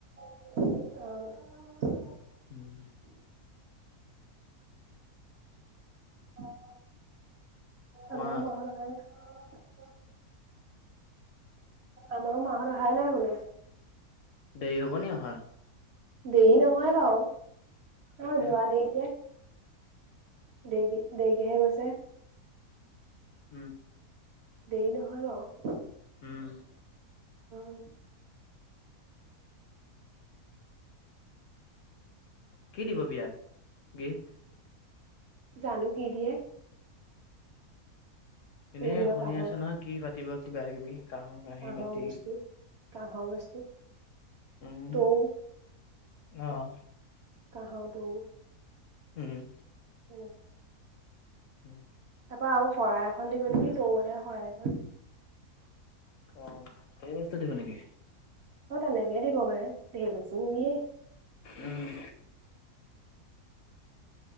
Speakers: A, on the right; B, on the left.
A: অ'।
B: উম।
A: অ
B: কোৱা
A: আমাৰো মাহত আমাৰো মাহত অহাই নাই বোলে।
B: দেৰি হ'ব নি অহা?
A: দেৰি নহয় বাও। অ',
B: এতিয়া
A: যোৱা দেৰি যে। দেৰি-দেৰিকেহে গছে।
B: উম।
A: দেৰি নহয় বাও।
B: উম।
A: অ'।
B: কি দিব বিয়াত, গিফট?
A: জানো কি দিয়ে।
B: এনেই
A: এই এনেকুৱা
B: শুনি
A: কাঁহৰ
B: আছে নহয় কি পাতিব, কিবা-কিবি কাহৰ কাহি-বাতি।
A: কাঁহৰ বস্তু কাঁহৰ বস্তু।
B: উম,
A: তৌ
B: অহ।
A: কাঁহতো
B: উম
A: তেম <unintelligible>
B: উম
A: তাৰ আৰু শৰাই এখন দিব নেকি তউ এটা শৰাই এখন৷
B: অঁ ধৈই বস্তু দিব নেকি?
A: অঁ তেনেকে দিব পাৰে। ধেৰ বস্ত নিদিয়ে।
B: উম